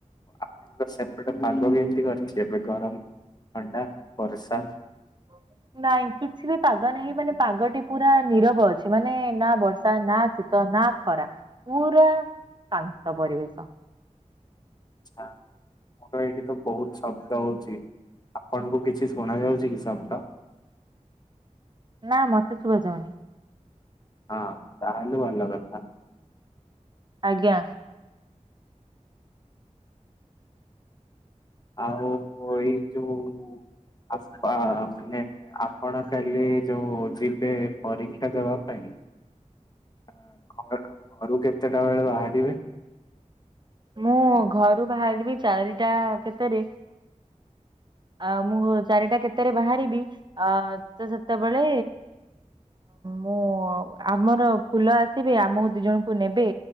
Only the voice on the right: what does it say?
ହଁ। ନାଇଁ କିଛି ବି ପାଗ ନାହିଁ ମାନେ ପାଗଟି ପୁରା ନିରବ ଅଛି ମାନେ ନା ବର୍ଷା ନା ଶୀତ ନା ଖରା ପୁରା ଶାନ୍ତ ପରିବେଶ।
ନା ମତେ ଶୁଭାଯାଉନି।
ଆଜ୍ଞା।
ହ
ମୁଁ ଘରୁ ବାହାରିବି ଚାରିଟା କେତେରେ। ଆ ମୁଁ ଚାରିଟା କେତେରେ ବାହାରିବି ଅ ତ ସେତେବେଳେ ମୁଁ ଆମର ଫୁଲ ଆସିବେ ଆମକୁ ଦି ଜଣଙ୍କୁ ନେବେ